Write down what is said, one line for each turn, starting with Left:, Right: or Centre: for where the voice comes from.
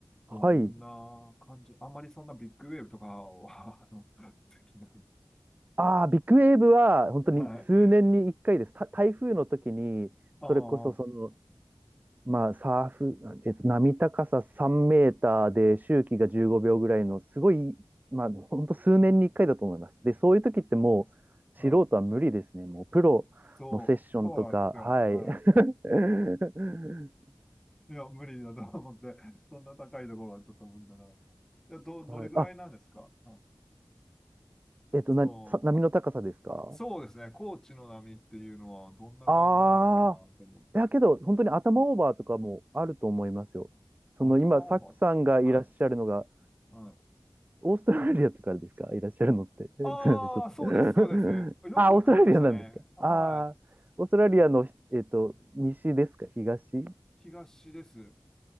Centre: どんな感じ、
Right: はい。
Centre: あんまりそんなビッグウェーブとかは、<laughs> あの、できない。
Right: ああ、ビッグウェーブは本当に数年に1回です。
Centre: はい。
Right: た台風の時に、
Centre: ああ、
Right: それこそその
Centre: は
Right: まあ、サーフ、えっと、波高さ3メーターで周期が15秒ぐらいの、すごい、まあ、ほんと数年に1回だと思います。で、そういう時ってもう、素人は無理ですね。
Centre: い。
Right: もう、プロのセッションとか、
Centre: そう、そうなんですよ。
Right: はい。
Centre: はい。
Right: <laughs>
Centre: いや、無理だと思って、<laughs> そんな高いところはちょっと無理だなと思って。じゃあど、
Right: はい。
Centre: どれぐらいなんですかうん
Right: あ、えっと、
Centre: その、
Right: な、さ波の高さですか
Centre: こそうですね、高知の波っていうのはどんな感じなのかなって思って。
Right: ああいやけど、本当に頭オーバーとかもあると思いますよ。その今、
Centre: 頭オーバーか。
Right: サックさんがいらっしゃるのが、
Centre: はい。はい。
Right: オーストラリアとかですかいらっしゃるのって。えすみません、
Centre: ああ、
Right: ちょっと。
Centre: そうです、
Right: <laughs>
Centre: そうです。よくわかりましたね。
Right: あ、オーストラリアなんですかああ、
Centre: はい。
Right: オーストラリアの、えっと、西ですか東
Centre: 東です。